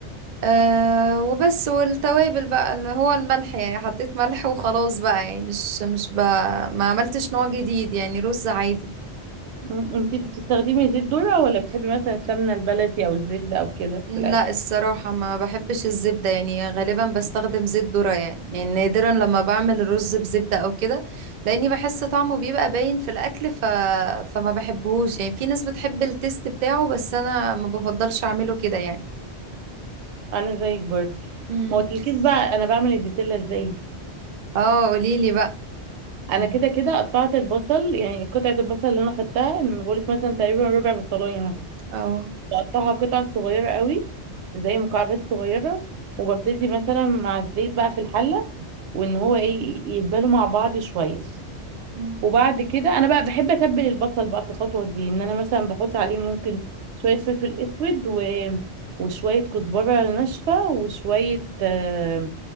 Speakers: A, on the right (about 55°); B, on the right (about 80°).
A: أه وبس والتوابل بقى اللي هو الملح يعني حطيت ملح وخلاص بقى يعني مش مش بقى ما عملتش نوع جديد يعني رز عادي
B: م- انت بتستخدمي زيت ذرة ولا بتحبي مثلا السمنه البلدي او الزبده او كده
A: لا
B: في الاكل
A: الصراحة ما بحبش الزبدة يعني غالبا بستخدم زيت ذرة يعني يعني نادرا لما بعمل الرز بزبدة أو كده لأني بحس طعمه بيبقى باين في الأكل ف... فما بحبهوش يعني في ناس بتحب التيست بتاعه بس أنا ما بفضلش أعمله كده يعني
B: انا زيك برضه
A: امم
B: ما قلتلكيش بقى انا بعمل البسله ازاي
A: اه قوليلي بقى
B: انا
A: مم.
B: كده كده قطعت البصل يعني قطعه البصل اللي انا خدتها ان بقولك مثلا تقريبا ربع بصلايه مثلا
A: اه
B: بقطعها قطع صغيره قوي زي مكعبات صغيره وببتدي مثلا مع الزيت بقى في الحله وان هو ايه يتبالوا مع بعض شويه
A: مم.
B: وبعد كده انا بقى بحب اتبل البصل بقى في الخطوه دي ان انا مثلا بحط عليه ممكن شويه فلفل اسود و... وشويه كزبره ناشفه وشويه آه،